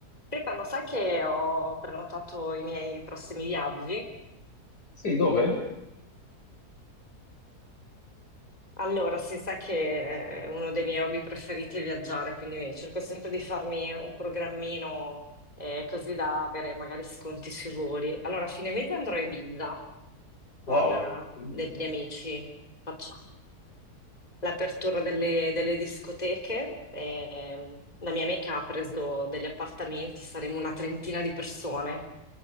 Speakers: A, on the left (about 25°); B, on the left (about 80°).
A: Stefano, sai che ho prenotato i miei prossimi viaggi?
B: Sì, dove?
A: Allora, si sa che eh, uno dei miei hobby preferiti è viaggiare, quindi cerco sempre di farmi un programmino eh, così da avere magari sconti sui voli. Allora, a fine mese andrò a Ibiza con
B: Wow,
A: eh,
B: bellissimo.
A: degli amici. Faccio l'apertura delle, delle discoteche. e ehm, la mia amica ha preso degli appartamenti, saremo una trentina di persone.